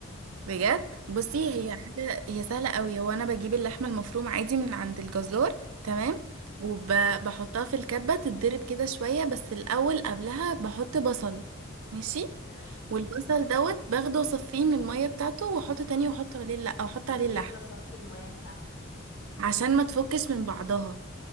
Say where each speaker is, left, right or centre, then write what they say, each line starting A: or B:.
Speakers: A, on the right; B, on the left.
A: بجد بصي
B: اه
A: هي حاجه هي سهله قوي هو انا بجيب اللحمه المفرومه عادي من عند الجزار تمام
B: ماشي.
A: وبحطها في الكبه تتضرب كده شويه بس الاول قبلها بحط بصل ماشي
B: تمام
A: والبصل دوت باخده وصفيه من الميه بتاعته واحطه تاني واحط عليه لا او احط
B: طب
A: عليه
B: ليه
A: اللحم
B: بصفي المية بتاعته؟
A: عشان ما تفكش من بعضها